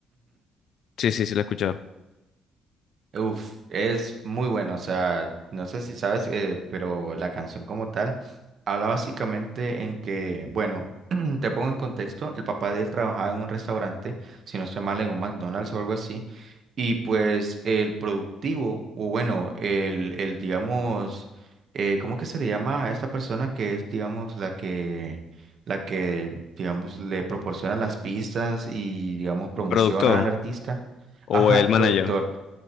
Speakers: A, on the left; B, on the right.
A: Sí, sí, sí, lo he escuchado.
B: Uf, es muy bueno, o sea, no sé si sabes, eh, pero la canción como tal habla básicamente en que, bueno, <clears throat> te pongo en contexto, el papá de él trabajaba en un restaurante, si no estoy mal, en un McDonald's o algo así, y pues el productivo, o bueno, el, el digamos, eh, ¿cómo que se le llama a esta persona que es, digamos, la que, la que, digamos, le proporciona las pistas y, digamos, promociona
A: ¿Productor
B: al artista?
A: o
B: Ajá,
A: el
B: el
A: manager?
B: productor.